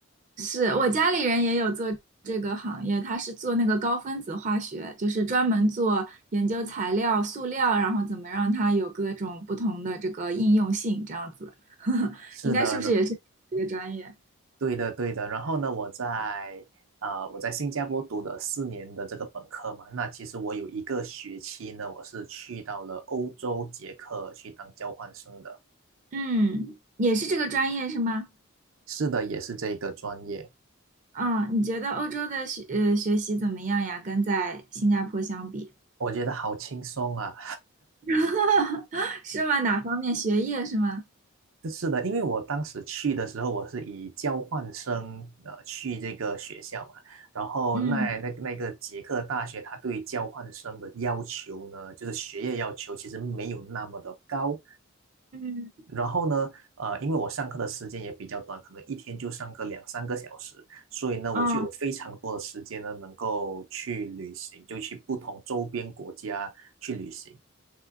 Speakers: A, on the right; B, on the right.
A: 是我家里人也有做这个行业，他是做那个高分子化学，就是专门做研究材料、塑料，然后怎么让它有各种不同的这个应用性，这样子。<laughs>
B: 是的呢，
A: 应该是不是也是这个专业？
B: 对的对的。然后呢，我在啊、我在新加坡读的四年的这个本科嘛，那其实我有一个学期呢，我是去到了欧洲捷克去当交换生的。
A: 嗯，也是这个专业是吗？
B: 是的，也是这一个专业。
A: 嗯，你觉得欧洲的学呃学习怎么样呀？跟在新加坡相比，
B: 我觉得好轻松啊！
A: <laughs> 是吗？哪方面？学业是吗？
B: 是的，因为我当时去的时候，我是以交换生呃去这个学校嘛，然后那那那个捷克大学，
A: 嗯。
B: 它对交换生的要求呢，就是学业要求其实没有那么的高。
A: 嗯，
B: 然后呢，呃，因为我上课的时间也比较短，可能一天就上个两三个小时，所以呢，
A: 哦
B: 我就有非常多的时间呢，能够去旅行，就去不同周边国家去旅行。